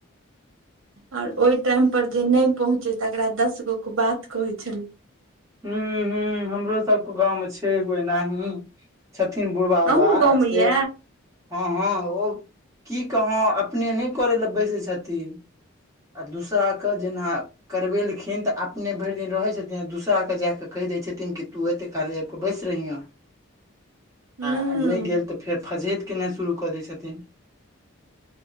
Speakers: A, on the right (about 80°); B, on the right (about 15°).
A: और ओहि टाइम पर जे नहि पहुंचे तकरा दस गो के बात कहे छलै।
B: ह ह हमरो सभके गाव मे छै एगो एनाही छथिन बुढ़बा बाबा
A: अहूँ गाँव
B: से।
A: मे ये
B: हँ हँ ओ की कह अपने नहि करय लए बैसै छथिन। आ दूसरा के जेना करवेलखिन तऽ अपने भरि दिन रहे छथिन दूसरा। केऽ जा कऽ कहि दै छथिन कि तू एते खाली आब कऽ बैस रहिहे।
A: हूं
B: आ नहि गेल तऽ फेर फजहेत केनाइ शुरू कऽ दैत छथिन।